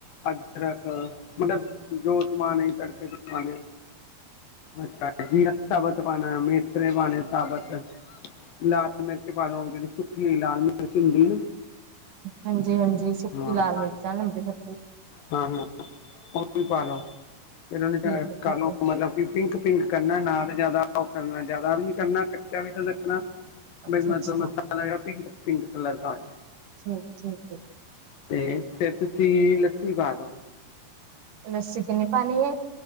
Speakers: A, on the left; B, on the right.
A: ਅਦਰਕ ਮਤਲਬ ਜੋਤਮਾ ਤੜਕੇ ਚ ਅੱਛਾ ਜ ਰਸਤਾ ਬ ਪਾਣਾ ਮੇਥਰੇ ਪਾਣੇ ਸਾਬਤ ਲਾਲ ਮਿਰਚ ਪਾ ਲੋ ਜਿਹੜੀ ਸੁੱਕੀ ਆਈ ਲਾਲ ਮਿਰਚ ਹੁੰਦੀ
B: ਹਾਂਜੀ ਹਾਂਜੀ ਸੁੱਕੀ
A: ਨਾ ਹਾਂ
B: ਲਾਲ ਮਿਰਚਾਂ ਲੰਬੇ ਲ ਹ
A: ਹਾਂ ਹਾਂ ਉਹ ਪਾਾਲੋ ਜਨਾਂ
B: ਠੀਕ
A: ਨੇ
B: ਹੈ ਠੀਕ
A: ਕੱਲ ਨੂੰ
B: ਹੈ
A: ਮਤਲਬ ਕਿ ਪਿੰਕ ਪਿੰਕ ਕਰਨਾ ਨਾ ਜ਼ਿਆਦਾ ਉਹ ਕਰਨਾ ਜ਼ਿਆਦਾ ਵੀ ਨੀ ਕਰਨਾ ਕੱਚਾ ਵੀ ਤਾਂ
B: ਅੱਛਾ-ਅੱਛਾ
A: ਮਤਲਬ ਮਸਾਲਾ ਵਗੈਰਾ ਪਿੰਕ ਪਿੰਕ ਕੱਲਰ ਦਾ
B: ਠੀਕ ਠੀਕ ਜੀਕ
A: ਤੇ ਫਿਰ ਤੁਸੀਂ ਲੱਸੀ ਪਾ ਦੋ
B: ਲੱਸੀ ਕਿੰਨੀ ਪਾਣੀ ਹੈ